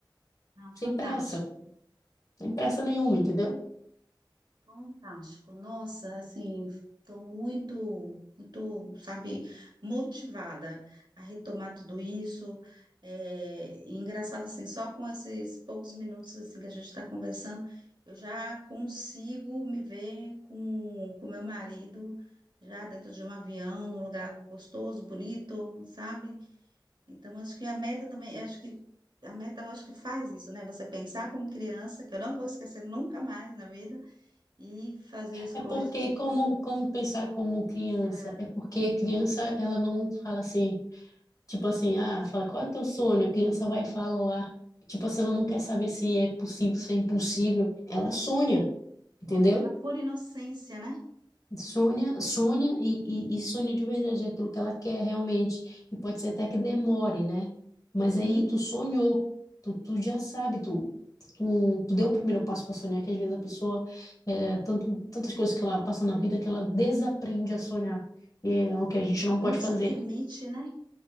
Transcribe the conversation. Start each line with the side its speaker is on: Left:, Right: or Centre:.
Right: Não,
Left: sem
Right: fantástico.
Left: pressa, sem pressa nenhuma, entendeu?
Right: Fantástico. Nossa, assim, estou muito, muito, sabe, motivada a retomar tudo isso. É, e engraçado, assim, só com esses poucos minutos assim que a gente está conversando, eu já consigo me ver com o meu marido já dentro de um avião, num lugar gostoso, bonito, sabe? Então, acho que a meta também, acho que a meta, eu acho que faz isso, né? Você pensar como criança, que eu não vou esquecer nunca mais na vida e fazer as
Left: É
Right: coisas
Left: porque
Right: como
Left: como
Right: adulto.
Left: como pensar como criança,
Right: É,
Left: é porque criança ela não fala assim, tipo assim, ah, fala qual é teu sonho, a criança vai falar, tipo assim, ela não quer saber se é possível, se é impossível, ela sonha, entendeu?
Right: bom, é na pura inocência, né?
Left: Sônia, Sônia e, e, e Sônia de verdade, é aquilo que ela quer realmente. E pode ser até que demore, né? Mas
Right: Uhum.
Left: aí tu sonhou, tu, tu já sabe, tu, tu, tu deu o primeiro passo para sonhar, que às vezes a pessoa, é, tanto, tantas coisas que ela passa na vida que ela desaprende a sonhar. E é
Right: É.
Left: o que a gente não
Right: Não
Left: pode fazer.
Right: se permite, né?